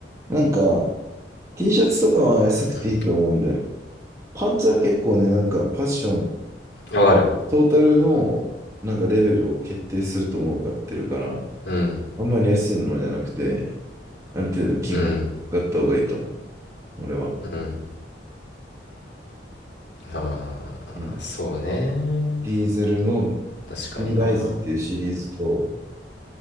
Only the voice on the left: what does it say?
う
ん。わかる。
うん。
うん。
うん。ああ、
そうね。
確かにな。